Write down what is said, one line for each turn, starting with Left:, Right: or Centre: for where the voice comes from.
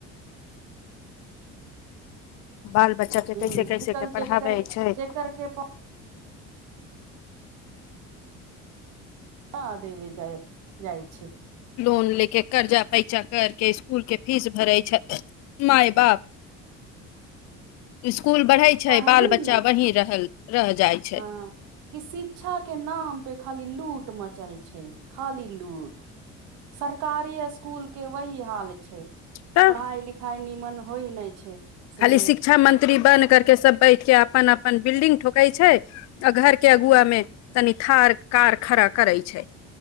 Left: बाल बच्चा के
Right: बहिन
Left: कैसे कैसे
Right: आजकल
Left: के पढ़ाबै
Right: जेकर
Left: छै
Right: जेकर के हँ देव जा जाइ छै
Left: लोन ले के कर्जा पैचा कर के स्कूल के फीस भरे छै मााय बाप स्कूल बढ़ै छै
Right: कहलीन
Left: बाल बच्चा
Right: ने
Left: वहीं रहल रह जाइ छै
Right: हँ कि शिक्षा के नाम पे खाली लूट मचल छै खाली लूट सरकारी स्कूल के वही हाल छै
Left: तब
Right: पढ़ाइ लिखाइ निमन होइ नहि छै से
Left: खाली शिक्षा मंत्री बन करके सब बैठ के अपन अपन बिल्डिंग ठोके छै आ घर के
Right: ह
Left: अगुआ में तनि ख कार खरा करै छै